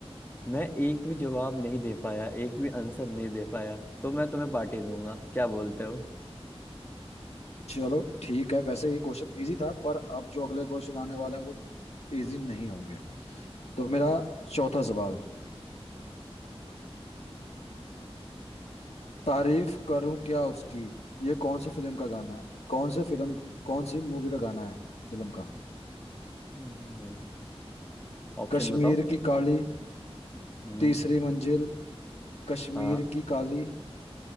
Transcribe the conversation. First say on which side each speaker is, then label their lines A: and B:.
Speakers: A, on the left; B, on the left.
A: मैं एक भी जवाब नहीं दे पाया एक भी आंसर नहीं दे पाया तो मैं तुम्हें पार्टी दूंगा क्या बोलते हो
B: चलो ठीक है वैसे ये क्वेश्चन इजी था पर अब जो अगले क्वेश्चन आने वाले हैं वो इजी नहीं होंगे तो मेरा चौथा सवाल तारीफ करूं क्या उसकी ये कौन से फिल्म का गाना है कौन से फिल्म कौन सी मूवी का गाना है फिल्म का
A: हम्म। ऑप्शन
B: कश्मीर
A: बताओ
B: की काली
A: हम्म
B: तीसरी मंजिल कश्मीर
A: हाँ
B: की काली